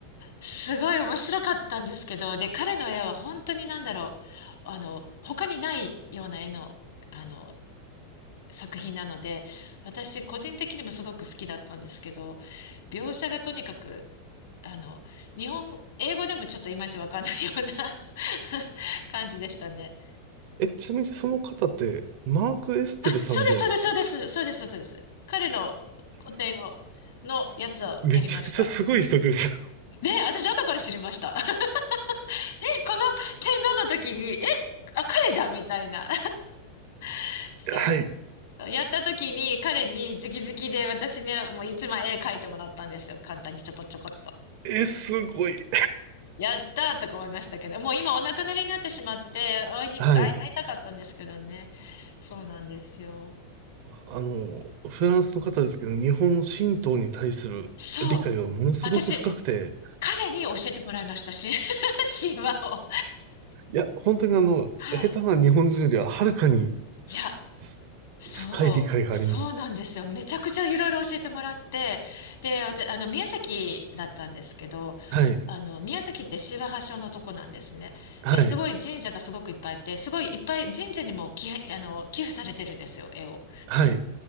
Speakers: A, on the left; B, on the right.
A: すごい面白かったんですけど、で、彼の絵は本当になんだろう、あの、他にないような絵の、あの、作品なので、私個人的にもすごく好きだったんですけど、描写がとにかく、あの、日本、英語でもちょっといまいちわかんないような <laughs> 感じでしたね。
B: え、ちなみにその方って、マーク・エステルさんでは、
A: あ、そうです、そうです、
B: あれ
A: そうです、そうです、そうです。彼の個展を、のやつをやりました。
B: めちゃくちゃすごい人ですよ。
A: で、私後から知りました。<laughs> え、この天皇の時に、え、あ、彼じゃんみたいな。<laughs> そう。
B: <laughs> はい。
A: やった時に彼に直々で私にもう一枚絵描いてもらったんですよ。簡単にちょこちょこっと。
B: え、すごい。
A: やったーとか思いましたけど、もう今お亡くなりになってしまって、会いに、
B: はい。
A: 会い、会いたかったんですけどね。そうなんですよ。
B: あの、フランスの方ですけど、日本の神道に対する理解はものすごく深くて、
A: そう。私、彼に教えてもらいましたし、<laughs> 神話を。
B: いや、本当にあの、
A: <laughs> はい。
B: 下手な日本人よりははるかに
A: いや、
B: す
A: そう、
B: 深い理解があります。
A: そうなんですよ。めちゃくちゃいろいろ教えてもらって、で、わたあの、宮崎だったんですけど、
B: はい。
A: あの、宮崎って神話発祥のとこなんですね。
B: はい。
A: で、すごい神社がすごくいっぱいあって、すごいいっぱい神社にも寄、あの、寄付されてるんですよ、絵を。
B: はい。